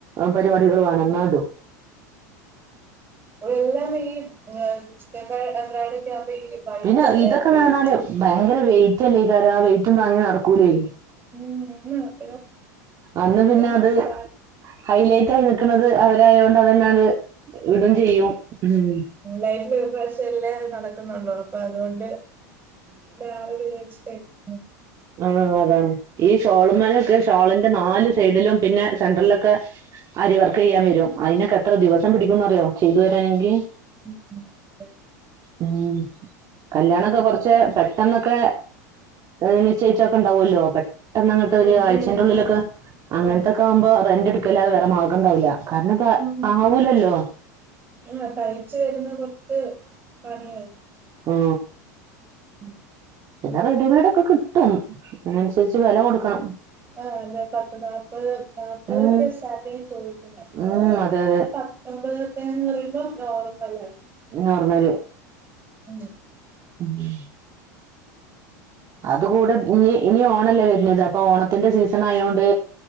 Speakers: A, on the right; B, on the right.
A: പരിപാടികള് വാണം ന്നാടും.
B: <unintelligible> വൈറ്റ്
A: പിന്നെ
B: അല്ലേ
A: ഇതൊക്കന്നർഞാല്
B: ഉപയോഗിക്കുന്നത്
A: ഭയങ്കര വെയിറ്റ് അല്ലേകാരം ആ വെയിറ്റും താങ്ങി നടക്കൂലേ
B: മൂന്ന് ഒരു
A: അന്ന്
B: ഒന്നര
A: പിന്നെ അത്
B: മണിക്കൂർ
A: ഹൈലൈറ്റ് ആയി <unintelligible> അവരായോണ്ടതങ്ങനെ ഇടും ചെയ്യും ഉം
B: ലൈഫിൽ ഒരു പ്രാവശ്യല്ലേ അത് നടക്കുന്നുള്ളോ അപ്പൊ അതുകൊണ്ട് അവര് <unintelligible>
A: ആ ആ അതാണ് ഈ ശോള്മല ഷോളിന്റെ നാല് സൈഡിലും പിന്നെ സെന്റർലൊക്കെ ആരിവർക്കെയ്യാൻ വെരും അയിനൊക്കെ എത്ര ദിവസം പിടിക്കുംന്നറിയോ ചെയ്തു വരാനെങ്കിൽ
B: <inaudible>
A: ഉ കല്യാണൊക്കെ കൊറച്ചേ പെട്ടെന്നൊക്കെ <unintelligible> നിച്ചയ്ചോക്കണ്ടാവല്ലോ പെട്ടെന്നങ്ങട്ട് ഒരു
B: ഉം,
A: ആഴ്ചന്റെ
B: ഉം,
A: ഉള്ളിലൊക്കെ
B: ഉം.
A: അങ്ങനത്തൊക്കെ
B: അതെ.
A: ആവുമ്പോ റെന്റ് ക്കല്ലാതെ വേറെമാർഗണ്ടാവൂല കാര്ണത്
B: ഉം.
A: ആവൂലല്ലോ
B: ആ, തയ്ച്ച് വരുന്ന <unintelligible>
A: ആ
B: <inaudible>
A: പിന്നെ റെഡിമെയ്ടൊക്കെ കിട്ടും അതിനനുസരിച്ച് വെല കൊടുക്കണം
B: ആഹ <unintelligible> പത്ത്നാപ്പത് നാപ്പതൊക്കെ
A: ഉം
B: സ്റ്റാർട്ടിങ് ചോയ്
A: ഉം അതെ അതെ
B: അത് പത്തൊമ്പത്തെന്ന് പറയുമ്പം. <unintelligible>
A: നോർമല്.
B: മ്
A: ഉംഹ് അത്‌ കൂടെ ഇനി ഇനി ഓണല്ലേ വര്ന്നത് അപ്പൊ ഓണത്തിന്റെ സീസണായോണ്ട്.